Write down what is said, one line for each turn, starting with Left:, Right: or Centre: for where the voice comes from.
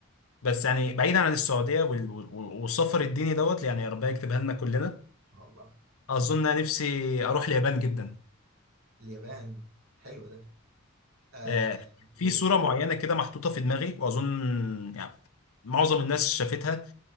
Left: بس يعني بعيدا عن السعوديه وال- وال- والسفر الديني دوت يعني يا ربنا يكتبها لنا كلنا
Right: والله
Left: اظن انا نفسي اروح اليابان جدا
Right: اليابان حلو ده آه
Left: آه، في
Right: ليه؟
Left: صوره معينه كده محطوطه في دماغي واظن يعني معظم الناس شافتها